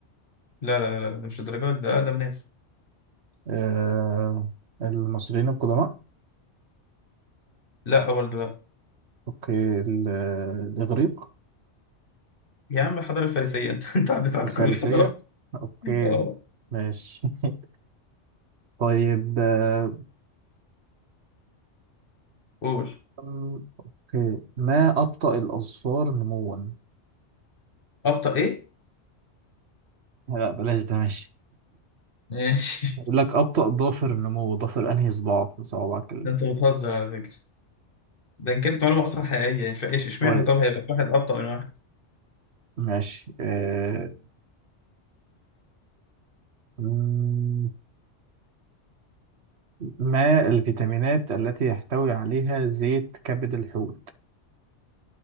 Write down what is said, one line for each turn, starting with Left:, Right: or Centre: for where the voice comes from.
Left: لا لا لا, لا مش الدرجات ده أقدم ناس
Right: آه المصريين القدماء
Left: لا برضه لا
Right: اوكي ال- الاغريق
Left: يا عم الحضارة الفارسية <laughs> أنت أنت عديت على
Right: الفارسية
Left: كل الحضارات
Right: اوكي
Left: آه
Right: ماشي <laughs> طيب آه
Left: قول
Right: أم، اوكي ما أبطأ الأظفار نموا
Left: أبطأ إيه؟
Right: لا بلاش ده ماشي
Left: ماشي
Right: يقول لك أبطأ ضافر النمو ضافر أنهي صباع في صوابعك
Left: <laughs>
Right: ال-
Left: ده أنت بتهزر على فكرة ده ان كانت معلومه اصلا حقيقيه يعني فايش اشمعنى
Right: طيب
Left: طب هيبقى في واحد ابطا من واحد
Right: ماشي آه أم، ما الفيتامينات التي يحتوي عليها زيت كبد الحوت